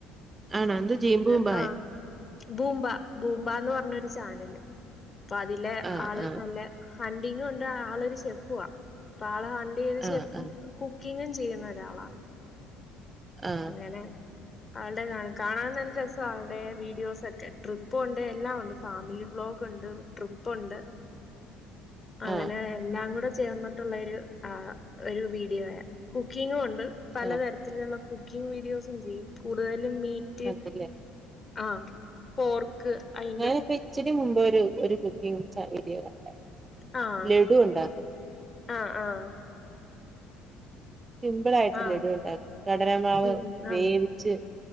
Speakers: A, on the right; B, on the left.
A: ആണോ എന്ത് ജീമ്പൂമ്പായോ
B: <unintelligible> ആഹ് ബൂമ്പാ ബൂമ്പാന്ന് പറഞ്ഞൊരു ചാനല് അപ്പൊ അതിലെ
A: ആഹ്
B: ആള്
A: ആഹ്
B: നല്ലേ ഹണ്ടിങ്ങുണ്ട് ആളൊരു ഷെഫുവാ അപ്പൊ ആള് ഹണ്ട് ചെയ്ത്
A: ആഹ്
B: ഷെഫും
A: ആഹ്
B: കുക്ക് ക്കിങ്ങും ചെയ്യുന്ന ഒരാളാണ്
A: ആഹ്
B: അങ്ങനെ ആൾടെ കാ കാണാൻ നല്ല രസാ ആളുടെ വീഡിയോസൊക്കെ ട്രിപ്പൊണ്ട് എല്ലാം ഒണ്ട് ഫാമിലി വ്ളോഗ്ണ്ട് ട്രിപ്പുണ്ട് അങ്ങനെ
A: ആഹ്
B: എല്ലാം കൂടെ ചേർന്നിട്ടുള്ളാരു ആഹ് ഒരു വീഡിയോയാ കുക്കിങ്ങും ഉണ്ട് പലതരത്തിലുള്ള
A: ആഹ്
B: കുക്കിംഗ് വീഡിയോസും ചെയ്യും കൂടുതലും മീറ്റ്
A: അതല്ലേ
B: ആഹ് പോർക്ക് ക്ക് അയ്
A: ഞാനിപ്പോ ഇച്ചിരി മുമ്പ് ഒരു ഒരു കുക്കിംഗ് ച വീഡിയോ കണ്ടായിരുന്നു
B: ആഹ്
A: ലഡു ഉണ്ടാക്കും
B: ആഹ് ആഹ്
A: സിംമ്പിൾ ആയിട്ട്
B: ആഹ്
A: ലഡുവുണ്ടക്കും കടലമാവ്
B: ഉം ഉം
A: വേവിച്ച്
B: ആന്നോ